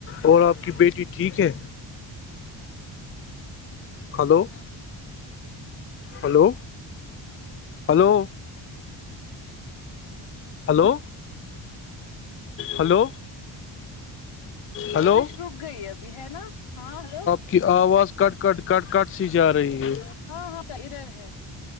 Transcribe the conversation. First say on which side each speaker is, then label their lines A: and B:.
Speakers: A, on the left; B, on the left.
A: اور آپ کی بیٹی ٹھیک ہے hello hello hello hello hello
B: بارش
A: hello
B: رک گئی ابھی ہے نا ہاں ہلو
A: کہ آواز کٹ کٹ کٹ کٹ سی جا رہی ہے
B: ہاں ہاں ا رہ رہے <inaudible>